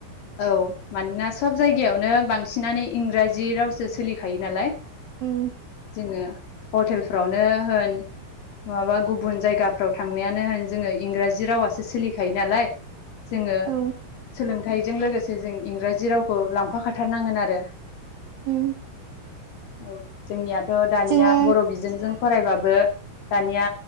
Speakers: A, on the left; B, on the right.
A: औ मानोना सब जायगायावनो बांसिनानो इंराजि रावसो सोलिखायो नालाय
B: उम
A: जोङो हटेलफ्रावनो होन माबा गुबुन जायगाफ्राव थांनायानो होन जोङो इंराजि रावासो सोलिखायो नालाय जोङो
B: औ
A: सोलों थायजों लोगोसे जों इंराजि रावखौ लांफाखाथारनांगोन आरो
B: उम
A: औ जोंनियाथ' दानिया
B: जोङो
A: बर' बिजोंजों फरायबाबो दानिया